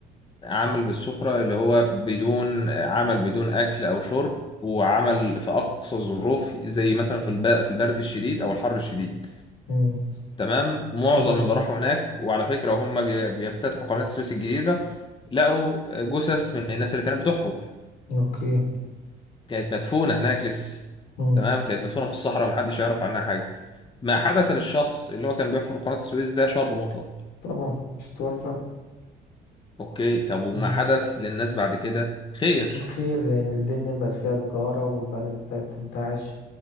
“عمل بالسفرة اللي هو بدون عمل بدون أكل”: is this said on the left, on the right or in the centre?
Left